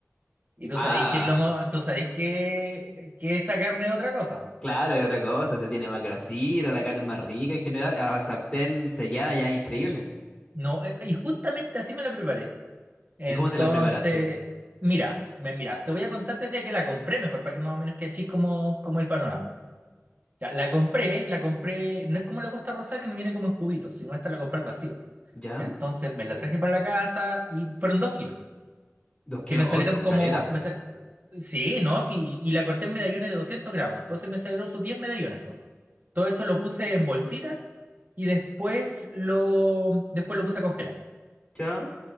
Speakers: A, on the right; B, on the left.
A: Y tú
B: Ah,
A: sabéis que el lomo, tú sabéis que, que esa carne es otra cosa.
B: claro, hay otra cosa. Se tiene más grasita, la carne es más rica en general. A la sartén sellada ya, es increíble.
A: No, eh, y justamente así me la preparé. Entonces,
B: ¿Y cómo te la preparaste?
A: mira, me, mira, te voy a contar desde que la compré mejor, para que más o menos que achis como, como el panorama. Ya, la compré, la compré, no es como la Costa Rosada que me viene como en cubitos, sino esta la compré al vacío.
B: ¿Ya?
A: Entonces me la traje para la casa y fueron dos kilos,
B: Dos kilos,
A: que me salieron
B: hoy con
A: como...
B: caleta.
A: Me sal- Sí, ¿no? Sí, y la corté en medallones de 200 gramos, entonces me salieron sus diez medallones. po. Todo eso lo puse en bolsitas y después lo, después lo puse a congelar.
B: ¿Ya?